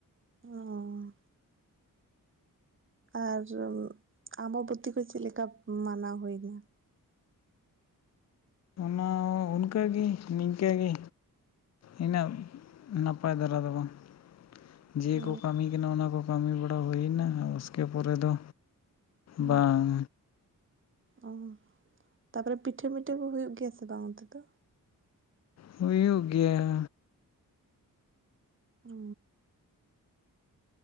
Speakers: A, on the right; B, on the left.
A: ᱚ ᱟᱨ ᱟᱵᱚ ᱫᱚ ᱛᱤᱱᱟᱹᱜ ᱪᱮᱫ ᱞᱮᱠᱟ ᱢᱟᱱᱟᱣ ᱦᱩᱭᱱᱟ
B: ᱚᱱᱟ ᱚᱱᱠᱟ ᱜᱮ ᱱᱤᱝᱠᱟᱹ ᱜᱮ ᱤᱱᱟᱹᱜ ᱱᱟᱯᱟᱭ ᱫᱷᱟᱨᱟ ᱫᱚ ᱵᱟᱝ ᱡᱮ
A: ᱚ
B: ᱠᱚ ᱠᱟᱹᱢᱤ ᱠᱟᱱᱟ ᱚᱱᱟ ᱠᱚ ᱠᱟᱹᱢᱤ ᱵᱟᱲᱟ ᱦᱩᱭᱱᱟ ᱩᱥᱠᱮ ᱯᱚᱨᱮ ᱫᱚ
A: ᱦᱩᱸ
B: ᱵᱟᱝ
A: ᱚ ᱛᱟᱨᱯᱚᱨᱮ ᱯᱤᱴᱷᱟᱹ ᱢᱤᱴᱷᱟᱹ ᱠᱚ ᱦᱩᱭᱩᱜ ᱜᱮᱭᱟ ᱥᱮ ᱵᱟᱝ ᱚᱱᱛᱮ ᱫᱚ
B: ᱦᱩᱭᱩᱜ ᱜᱮᱭᱟ
A: ᱚ